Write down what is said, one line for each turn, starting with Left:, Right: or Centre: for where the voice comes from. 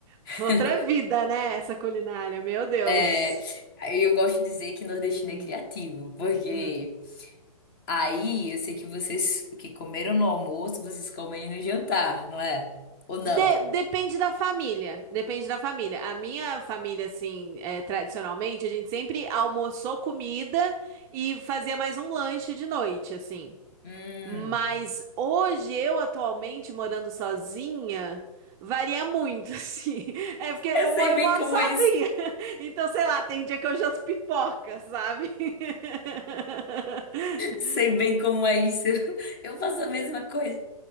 Right: <laughs> outra
Left: <laughs>
Right: vida, né? Essa culinária, meu Deus.
Left: É, eu gosto de dizer que nordestino
Right: Uhum,
Left: é criativo, porque
Right: uhum.
Left: aí eu sei que vocês que comeram no almoço, vocês comem no jantar, não é? Ou não?
Right: De- depende da família. Depende da família. A minha família, assim, é, tradicionalmente, a gente sempre almoçou comida e fazia mais um lanche de noite, assim.
Left: Hum,
Right: Mas hoje, eu atualmente morando sozinha, varia muito, <laughs> assim. É porque eu,
Left: eu
Right: mo-
Left: sei
Right: eu
Left: bem
Right: moro
Left: como
Right: sozinha.
Left: é
Right: <laughs> Então, sei lá, tem dia que eu janto pipoca, sabe? <laughs>
Left: Sei bem como é isso. <laughs> Eu faço a mesma coisa.